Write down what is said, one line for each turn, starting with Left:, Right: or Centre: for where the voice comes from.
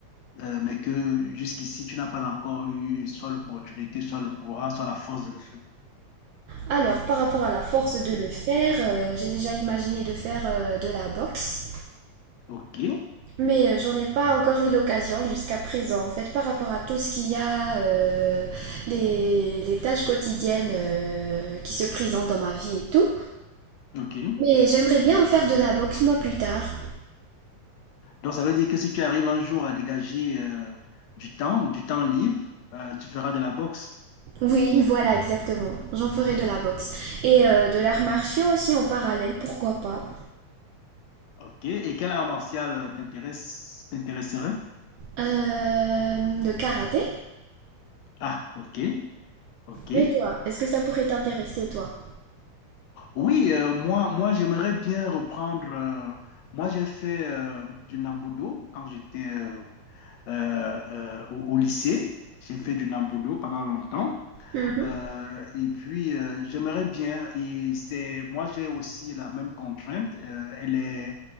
Left: euh, mais que jusqu'ici, tu n'as pas encore eu soit l'opportunité, soit le courage, soit la force de le faire.
Right: Alors, par rapport à la force de le faire, euh, j'ai déjà imaginé de faire euh, de la boxe.
Left: OK,
Right: Mais euh, j'en ai pas encore eu l'occasion jusqu'à présent. En fait, par rapport à tout ce qu'il y a, euh, les, les tâches quotidiennes euh, qui se présentent dans ma vie et tout.
Left: OK.
Right: Mais j'aimerais bien en faire de la boxe moi plus tard.
Left: Donc, ça veut dire que si tu arrives un jour à dégager euh, du temps, du temps libre, euh, tu feras de la boxe.
Right: Oui, voilà, exactement. J'en ferai de la boxe. Et euh, de l'art martiaux aussi en parallèle, pourquoi pas.
Left: OK. Et quel art martial euh, t'intéresse, t'intéresserait?
Right: Euh, de karaté?
Left: Ah, OK, OK.
Right: Et toi, est-ce que ça pourrait t'intéresser, toi?
Left: Oui, euh, moi, moi j'aimerais bien reprendre. euh, moi, j'ai fait euh, du Nambudo quand j'étais euh, euh, euh, au, au lycée. J'ai fait du Nambudo pendant longtemps.
Right: Mhm.
Left: Euh, et puis, euh, j'aimerais bien, et c'est, moi j'ai aussi la même contrainte, euh, elle est